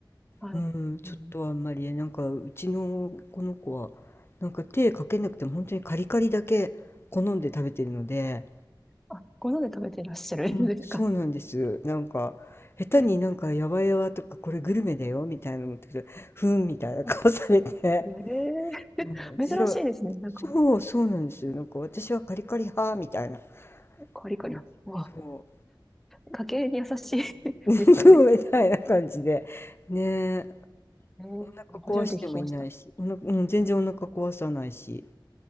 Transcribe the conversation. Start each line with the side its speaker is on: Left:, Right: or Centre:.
Centre: はい。
Left: うん、ちょっとあんまりね、
Centre: うん。
Left: なんかうちのこの子は、なんか手かけなくても本当にカリカリだけ好んで食べてるので、
Centre: あ、ご飯で食べていらっしゃるんですか。
Left: うん、そうなんです。なんか、下手になんかやわやわとかこれグルメだよみたいなの持ってきて、
Centre: ね
Left: ふんみたいな顔されて。
Centre: ええ珍しいですね。
Left: ああ、じゃあ、
Centre: なんか、
Left: そう、そうなんですよ。なんか私はカリカリ派みたいな感
Centre: カリカリ。
Left: じ。
Centre: うわ、
Left: そ
Centre: 家計に優しい <laughs>
Left: う。<laughs>
Centre: でしたね。
Left: そうみたいな感じで。ねえ、
Centre: えー、
Left: お腹壊してもいないし、
Centre: 初めて聞きました。
Left: おな、うん、全然お腹壊さないし。